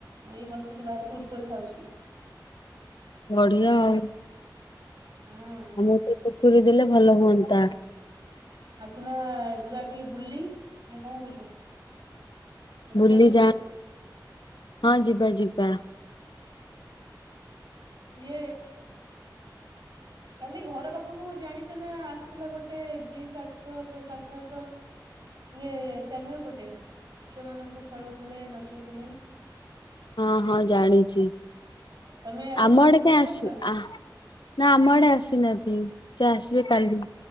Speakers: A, on the right; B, on the left.
A: ମୁଁ ଏଇ ବସିକି ବାହାରେ କୁରକୁରି ଖାଉଛି।
B: ବଢିଆ ଆଉ।
A: ହୁଁ
B: ଆମୁକୁ ଟିକେ କୁରକୁରି ଦେଲେ ଭଲ ହୁଅନ୍ତା।
A: ଆସୁନା ଯିବା ଟିକେ ବୁଲି ନା କଣ କହୁଛ? ଯିବାନି
B: ବୁଲି
A: ଏବେ?
B: ଯା ହଁ ଯିବା ଯିବା।
A: ଯେ କାଲି ଘର ପାଖକୁ ଜାଣିଛ ନା ଆସିଥିଲା ଗୋଟେ ଜି ସାର୍ଥ ସାର୍ଥକ ଇଏ ଚ୍ୟାନେଲ ଗୋଟେ ଛୁଆ ମାନଙ୍କୁ ଖେଳଉଥିଲେ ନଚଉଥିଲେ
B: ହଁ ହଁ ଜାଣିଛି
A: ତମେ ଆସି
B: ଆମ
A: ପାର୍ଟିସିପେଟ
B: ଆଡେ କାଇଁ ଆସି
A: କରିଥିଲ ନା?
B: ଆ ନା ଆମ ଆଡେ ଆସିନାହାନ୍ତି ସେ ଆସିବେ କାଲି।